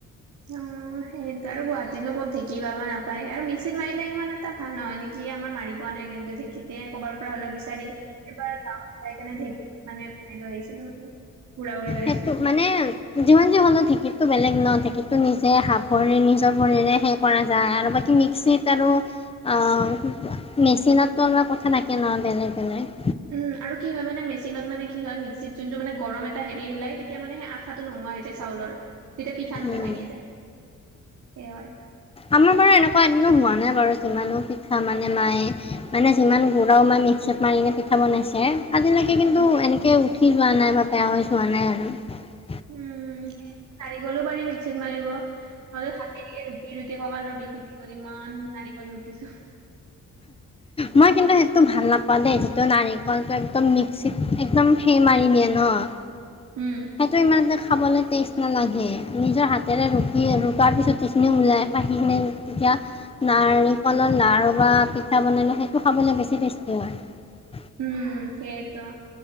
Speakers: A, on the right (about 80°); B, on the left (about 20°).
A: অ' সেইটো আৰু গুৱাহাটী নো ক'ত ঢেঁকী পাবা নাপায় আৰু মিক্সিত মাৰিলে ইমান এটা ভাল নহয় নেকি আমাৰ মাৰি পোৱা নাই কিন্তু ঢেকীতে কবাৰ পৰা হলো বিচাৰি এইবাৰ গাঁৱত খাই ঢেকী মানে তেনেদৰে লৈ আহিছিলো মানে গুড়া কৰি লৈ
B: সেইটো
A: আহিছিলোঁ।
B: মানে যিমান যি হলেও ঢেকী ত বেলেগ ন ঢেকীটো নিজে হাত ভৰি নিজৰ ভৰিৰে হে কৰা যায় আৰু বাকী মিক্সিত আৰু অ' মেচিনতো অলপ কথা থাকে নহয় বেলেগ বেলেগ
A: উম আৰু কি হয় মানে মেচিনত মানে কি হয় মিক্সিত যোনটো মানে গৰম এটা হেৰি ওলাই তেতিয়া মানে হাত আঠাটো নোহোৱা হৈ যায়। চাউলৰ তেতিয়া পিঠা নুঠে
B: উম।
A: ভাঙি যায় সেই হয়।
B: আমাৰ বাৰু এনেকুৱা এদিনো হোৱা নাই বাৰু যিমানো পিঠা মানে মায়ে মানে যিমান ঘূৰাও মানে পিছত মাৰিকিনি পিঠা বনাইছে। আজিলৈকে কিন্তু
A: উম,
B: এনেকৈ উঠি যোৱা নাই বা বেয়া হৈ চোৱা নাই আৰু
A: উম। নাৰিকলো পাৰি মিক্সিত মাৰিব মাজত হাতেৰেকে ৰুকি ৰুকি কঁকালৰ বিষ উুঠি গ'ল ইমান। নাৰি কাল ৰুকিছো।
B: মই কিন্তু সেইটো ভাল নাপাওঁ দেই যিটো নাৰিকলটো একদম মিক্সিত একদম সেই মাৰি দিয় আনো। ন।
A: উম,
B: সেইটো ইমান দেখ খাবলৈ টেষ্ট নালাগে। নিজৰ হাতেৰে ৰুকি ৰুকাৰ পিছত সেইখিনি ওলায় বা সিখিনি তেতিয়া নাৰিকলত লাৰু বা পিঠা বনালে সেইটো খাবলৈ বেছি টেষ্টি হয়।
A: উম সেইটো